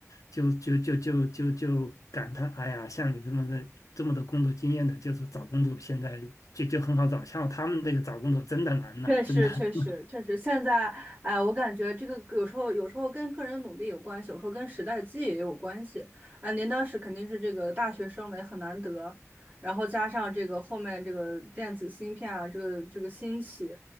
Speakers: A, on the left (about 80°); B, on the right (about 35°).
A: 就就就就就就感叹，哎呀，像你这么的这么多工作经验的，就是找工作现在就就很好找，像他们那个找工作真的难呐、
B: 确实，
A: 真的。<laughs>
B: 确实，确实，现在，哎，我感觉这个有时候，有时候跟个人努力有关系，有时候跟时代机遇也有关系。啊、您当时肯定是这个大学生嘛，也很难得，然后加上这个后面这个电子芯片啊，这个这个兴起，